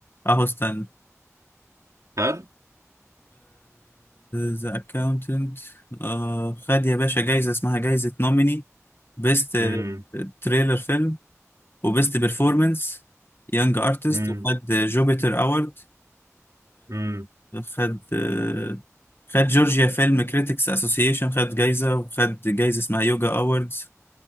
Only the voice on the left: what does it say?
اهو استنى
ذا اكاونتنت خد يا باشا جايزة اسمها جايزة نوميني بيست
تريلر فيلم وبيست بيرفورمانس يونج ارتست
وخد جوبيتر اوورد
خد آه، خد جورجيا فيلم كريتكس اسوسيشن خد جايزة وخد جايزة اسمها يوجا اووردز